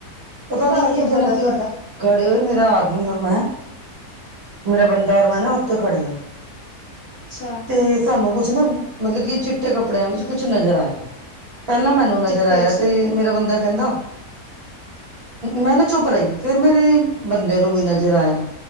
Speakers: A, on the right (about 45°); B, on the left (about 50°).
A: ਪਤਾ ਨ‌ਈ
B: ਘਰ
A: ਇੱਕ
B: ਕਿੱਦਾਂ
A: ਦਿਨ
B: ਦਾ
A: ਅਸੀਂ
B: ਤੁਹਾਡਾ
A: ਖੜੇ ਹੋਏ ਮੇਰਾ ਆਦਮੀ ਔਰ ਮੈਂ, ਮੇਰਾ ਬੰਦਾ
B: ਅੱਛਾ
A: ਦਰ ਮੈਂ ਨਾ ਓਥੇ ਖੜੇ
B: ਅੱਛਾ
A: ਤੇ ਸਾਨੂੰ ਕੁਛ ਨਾ ਮਤਲਬ ਕੀ ਚਿੱਟੇ ਕੱਪੜੇ ਕਪੜਿਆਂ ਵਿੱਚ ਕੁਛ ਨਜ਼ਰ ਆਇਆ, ਪੈਲਾਂ ਮੈਨੂੰ ਨਜ਼ਰ
B: ਚਿੱਟੇ
A: ਆਇਆ
B: ਚ
A: ਤੇ ਮੇਰਾ ਬੰਦਾ ਕੈਂਦਾ ਮੈਂ ਨਾ ਚੁੱਪ ਰ‌ਈ, ਫੇਰ ਮੇਰੇ ਬੰਦੇ ਨੂੰ ਵੀ ਨਜ਼ਰ ਆਇਆ।